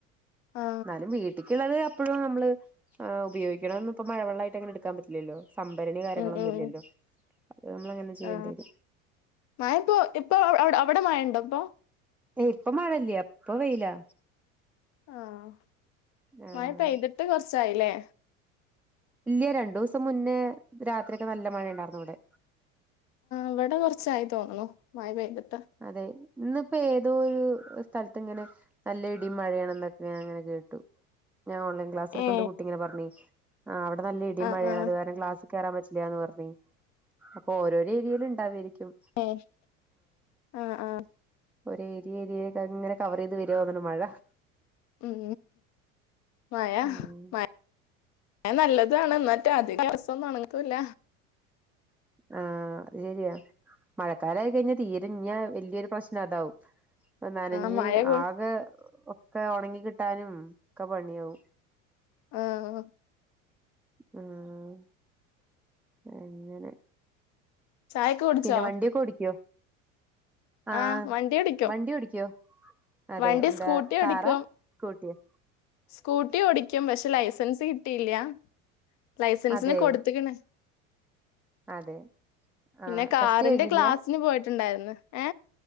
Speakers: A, on the left; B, in the centre.
A: ആ
B: ന്നാലും വീ ട്ടിക്ക് വെള്ളം എപ്പഴും നമ്മള് എഹ് ഉപയോഗിക്ക്ണതൊന്നും ഇപ്പോ മഴവെള്ളായിട്ട് അങ്ങനെ ഇട്ക്കാൻ പറ്റില്ലല്ലോ സംഭരണി കാര്യങ്ങളൊന്നുല്ല്യല്ലോ
A: ഉം ഉം ഉം
B: അത് നമ്മൾ അങ്ങനെ ചെയ്യെണ്ടിയെരും
A: ആ മഴ പ്പോ ഇപ്പൊ അവ് അവ്ടെ അവിടെ മയണ്ടോ പ്പോ
B: ഏയ് ഇപ്പ മഴല്ല്യ ഇപ്പ വെയിലാ
A: ആഹ്
B: ആഹ്
A: മഴ പെയ്തിട്ട് കൊർച്ചായില്ലേ
B: ഇല്ല്യ രണ്ടു ദിവസം മുന്നേ രാത്രിയൊക്കെ നല്ല മഴേണ്ടാർന്നു ഇവ്ടെ
A: ഇവടെ കൊർച്ചായി തോന്ന്ണു മഴ പെയ്തിട്ട്
B: അതെ ഇന്ന്പ്പൊ ഏതോ ഒരു സ്ഥലത്ത് ഇങ്ങനെ നല്ല ഇടിം മഴയാണ്ന്നൊക്കെ ഞാൻ ഇങ്ങനെ കേട്ടു ഞാൻ ഓൺലൈൻ ക്ലാസ്സ്ട്ക്ക്ണ്ട
A: ഏ
B: കുട്ടി ഇങ്ങനെ പർഞ്ഞെയ് ആഹ് അവടെ നല്ല ഇടിം
A: ആ
B: മഴയാണ്
A: ആ
B: അത് കാരണം ക്ലാസ് കേറാൻ പറ്റില്ല്യാന്ന് പറഞ്ഞെ അപ്പൊ ഓരോരൊ ഏരിയേല് ഇണ്ടാവേയ്രിക്കും
A: ഏഹ് ആഹ് ആഹ്
B: ഒർ ഏരിയഏരിയാട്ടങ്ങനെ കവറെയ്ത് വെരാ തോന്ന്ണ് മഴ
A: ഉം മഴ
B: ഉം
A: മ ഴ നല്ലതുവാണ് എന്നിട്ട് അധികം ഡ്രെസ്സൊന്നും ഓണക്കൂല്ല
B: അഹ് അത് ശരിയാ മഴക്കാലായി കഴിഞ്ഞാൽ തീര ഞ്ഞാ വലിയൊരു പ്രശ്നം അതാവും നനഞ്ഞ്
A: ആ മഴ കൂ
B: ആകെ ഒക്കെ ഉണങ്ങി കിട്ടാനും ഒക്കെ പണിയാവും
A: ആഹ്
B: അഹ് അങ്ങനെ
A: ചായൊക്കെ കുടിച്ചോ
B: പിന്നെ വണ്ടിയൊക്കെ ഓടിക്കോ അഹ്
A: ആ വണ്ടി ഓടിക്കോ
B: വണ്ടി ഓടിക്കോ അതെ
A: വണ്ടി
B: എന്താ
A: സ്കൂട്ടി ഓടിക്കും
B: കാറാ സ്കൂട്ടിയാ
A: സ്കൂട്ടി ഓടിക്കും പക്ഷെ ലൈസൻസ് കിട്ടിയില്ല ലൈസൻസിന്
B: അതെ
A: കൊടുത്തക്കണ്
B: അതെ
A: പിന്നെ
B: ആഹ്
A: കാറിന്റെ
B: ടെസ്റ്റ് കഴിഞ്ഞില്ല്യ
A: ക്ലാസിന് പോയിട്ടുണ്ടായിരുന്നു ഏ